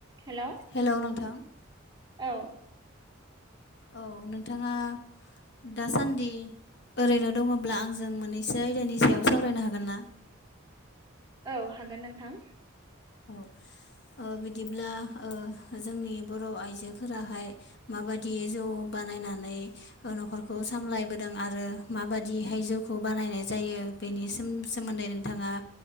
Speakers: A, on the right (about 20°); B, on the left (about 55°).
A: Hello
B: hello नोंथां
A: औ
B: औ नोंथाङा दासान्दि ओरैनो दङब्ला आंजों मोननैसो आयदानि सायाव सावरायनो हागोन ना
A: औ हागोन नोंथां
B: औ ओ बिदिब्ला ओ जोंनि बर' आइजोफोराहाय माबादि जौ बानायनानै न'खरखौ सामलायबोदों आरो माबादिहाय जौखौ बानायनाय जायो बेनि सोमोन्दै नोंथाङा